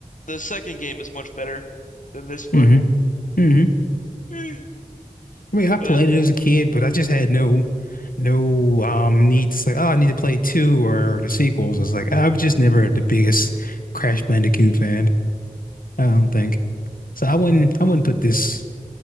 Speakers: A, on the left; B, on the left.
A: the second game is much better than this one,
B: hmm hmm
A: <gasps> <sighs>
B: I mean, I played
A: but
B: it as a kid, but I just had no no um need to say, oh, I need to play two or the sequels. It's like I was just never the biggest Crash Bandicoot fan, I don't think. So I wouldn't I wouldn't put this